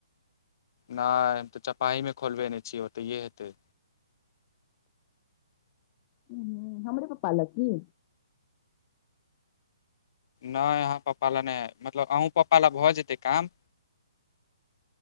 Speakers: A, on the left (about 50°); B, on the left (about 30°).
A: नहि हम तऽ चपाइमे खोलबे नहि छियै ओतहिए हेतै
B: हू हमरे पापा लकी
A: नहि अहाँ पापा लए नहि मतलब अहुँ पापा लए भऽ जेतै काम